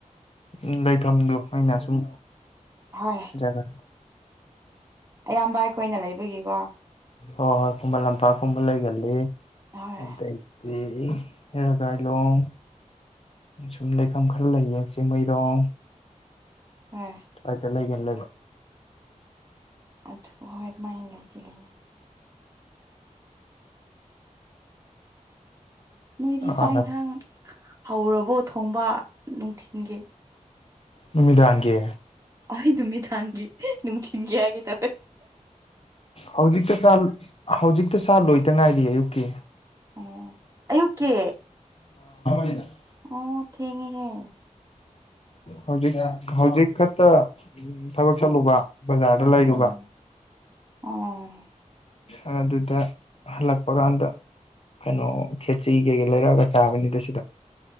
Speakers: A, on the left; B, on the right.
A: ꯎ ꯂꯩꯐꯝꯗꯨ ꯑꯩꯅ ꯁꯨꯝ
B: ꯍꯣꯏ
A: ꯖꯒꯥ
B: ꯑꯌꯥꯝꯕ ꯑꯩꯈꯣꯏꯅ ꯂꯩꯕꯒꯤꯀꯣ
A: ꯍꯣꯏ ꯍꯣꯏ ꯈꯨꯃꯟ ꯂꯝꯄꯥꯛ ꯀꯨꯝꯕ ꯂꯩꯒꯜꯂꯤ
B: ꯍꯣꯏ
A: ꯑꯗꯩꯗꯤ ꯔꯒꯥꯏꯔꯣꯡ ꯁꯨꯝ ꯂꯩꯐꯝ ꯈꯔ ꯂꯩꯌꯦ ꯆꯤꯡꯃꯩꯔꯣꯡ
B: ꯍꯣꯏ
A: ꯑꯗ ꯂꯩꯒꯟꯂꯦ ꯂꯩꯕ
B: ꯑꯗꯣ ꯍꯣꯢ ꯑꯗꯨꯃꯥꯢ ꯂꯩꯗꯤ ꯂꯩꯌꯦ ꯅꯣꯏꯗꯤ ꯆꯥꯛ
A: ꯍꯥꯟꯅ
B: ꯏꯟꯊꯥꯡ ꯍꯧꯔꯕꯣ ꯊꯣꯡꯕ ꯅꯨꯡꯊꯤꯟꯒꯤ
A: ꯅꯨꯃꯤꯗꯥꯡꯒꯤ
B: ꯑꯩꯍ ꯅꯨꯃꯤꯗꯥꯡꯒꯤ ꯅꯨꯡꯊꯤꯡꯒꯤ ꯍꯥꯏꯒꯦ ꯇꯧꯑꯦ
A: ꯍꯧꯖꯤꯛꯇ ꯆꯥ ꯍꯧꯖꯤꯛꯇ ꯆꯥ ꯂꯣꯏꯗ ꯉꯥꯏꯔꯤꯌꯦ ꯑꯌꯨꯛꯀꯤ
B: ꯑꯣ ꯑꯌꯨꯛꯀꯤ
A: <unintelligible>
B: ꯑꯣ ꯊꯦꯡ ꯉꯦꯍꯦ
A: ꯍꯧꯖꯤꯛ ꯍꯧꯖꯤꯛ ꯈꯛꯇ ꯊꯕꯛ ꯆꯠꯂꯨꯕ ꯕꯖꯥꯔꯗ ꯂꯩꯔꯨꯕ
B: ꯎꯝ ꯎꯝ
A: ꯑ ꯑꯗꯨꯗ ꯍꯜꯂꯛꯄ ꯀꯥꯟꯗ ꯀꯩꯅꯣ ꯈꯦꯆ꯭ꯔꯤ ꯀꯩꯀꯩ ꯂꯩꯔꯛꯑꯒ ꯆꯥꯕꯅꯤꯗ ꯁꯤꯗ